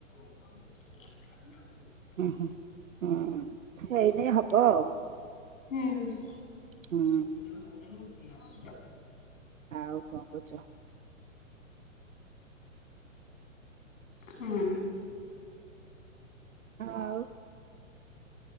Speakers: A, on the left (about 70°); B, on the right (about 70°).
A: <unintelligible> ହେଇନି। <inaudible>
B: ହୁଁ ହୁଁ ହୁଁ ହେଇନି ହବ ଆଉ।
A: ହିଁ।
B: ହୁଁ ଆଉ କଣ କରୁଛ?
A: ହୁଁ।
B: ଆଉ